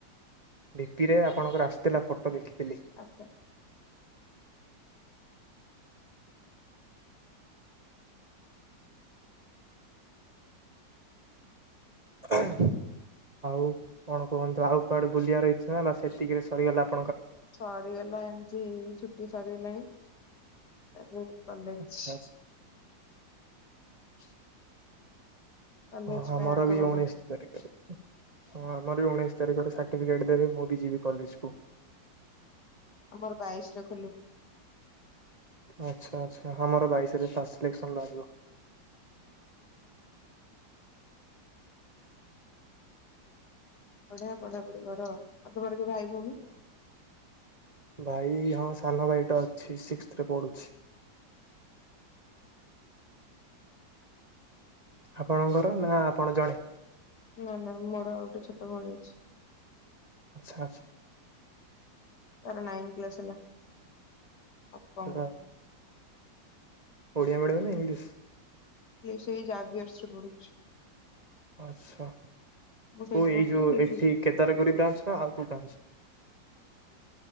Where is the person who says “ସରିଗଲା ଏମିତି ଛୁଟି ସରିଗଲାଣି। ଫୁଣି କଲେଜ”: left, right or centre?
Left